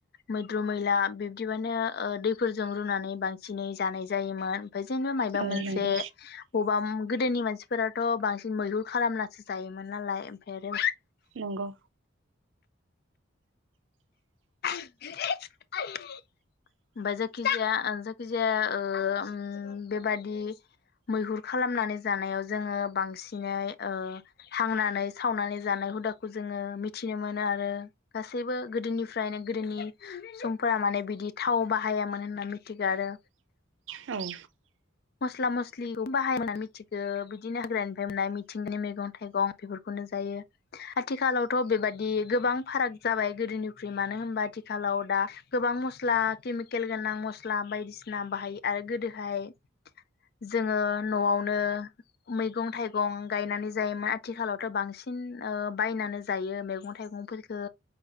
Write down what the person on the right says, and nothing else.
औ नंगौ
नंगौ
औ